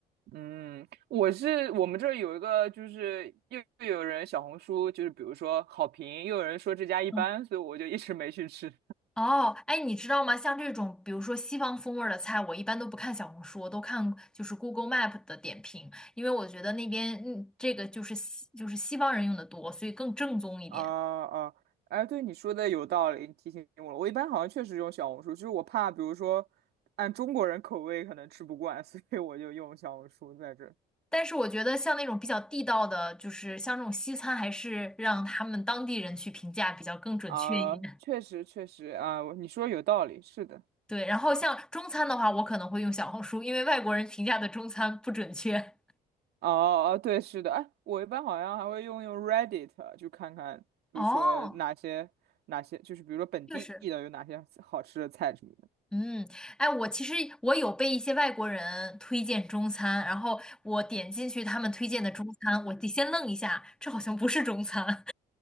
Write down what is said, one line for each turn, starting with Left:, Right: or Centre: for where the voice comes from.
Right: 嗯，我是我们这儿有一个，就是又又有人小红书，就是比如说好评，又有人说这家一般，
Centre: 嗯，
Right: 所以我就一直没去吃。
Centre: 哦，哎，你知道吗？像这种，比如说西方风味儿的菜，我一般都不看小红书，我都看就是 Google Map 的点评，因为我觉得那边嗯，这个就是西就是西方人用的多，所以更正宗一点。
Right: 啊啊，哎，对你说的有道理，你提醒我了。我一般好像确实用小红书，就是我怕，比如说按中国人口味可能吃不惯，<laughs> 所以我就用小红书在这
Centre: 但是我觉得像那种比较地道的，就是像这种西餐，还是让他们当地人去评价比较更准确一点。
Right: 啊，确实确实啊，你说有道理，是的。
Centre: 对，然后像中餐的话，我可能会用小红书，因为外国人评价的中餐不准确。
Right: 哦哦，对，是的。哎，我一般好像还会用用 Reddit，就看看，比如说哪些哪些，
Centre: 哦，
Right: 就是比如说本地的有哪些好吃的菜什么的。
Centre: 确实。嗯，哎，我其实我有被一些外国人推荐中餐，然后我点进去他们推荐的中餐，我得先愣一下，这好像不是中餐，